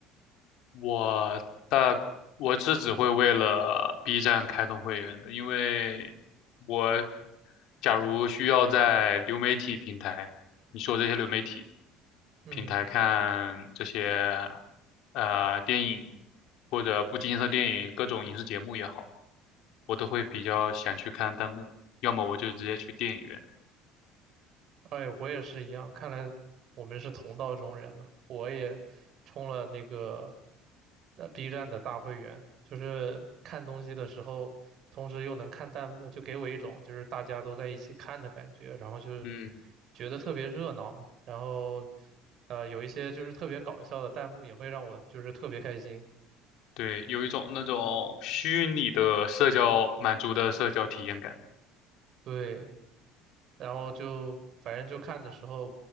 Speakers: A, on the left; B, on the right.
A: 我大我是只会为了 B 站开通会员的，因为我假如需要在流媒体平台，你说这些流媒体。
B: 嗯。
A: 平台看这些呃电影或者不经意的电影，各种影视节目也好，我都会比较想去看弹幕，要么我就直接去电影院。
B: 哎，我也是一样，看来我们是同道中人呢。我也充了那个呃 B 站的大会员，就是看东西的时候，同时又能看弹幕，就给我一种就是大家都在一起看的感觉，然后就
A: 嗯，
B: 觉得特别热闹，然后呃有一些就是特别搞笑的弹幕也会让我就是特别开心，
A: 对，有一种那种虚拟的社交满足的社交体验感。
B: 对，然后就反正就看的时候，